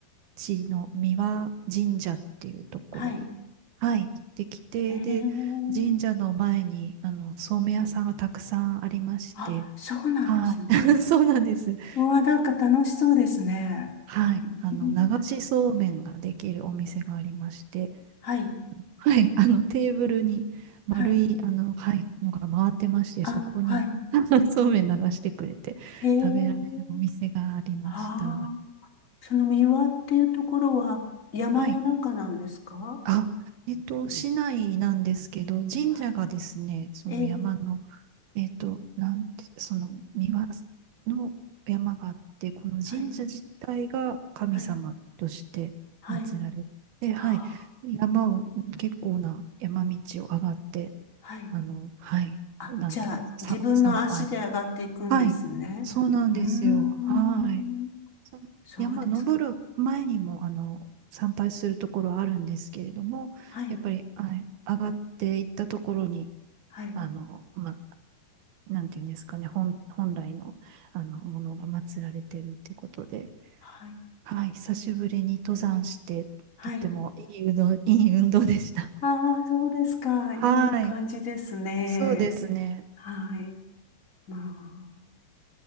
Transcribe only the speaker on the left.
はい。
えー。
あ、そうなんですね。
うわ、なんか楽しそうですね。
うん、
はい。
はい。
あ、
はい。
へえ。はあ。その三輪っていうところは山の中なんですか
はい
ええ、
はい、はい、はい、
はあ、
はい。
あ、
じゃあ、自分の足で上がっていくんですね。
うーん、
そうですか。
はい、
はい、
はい、
はい。
ああ、そうですか。
いい感じですね。
はい。まあ、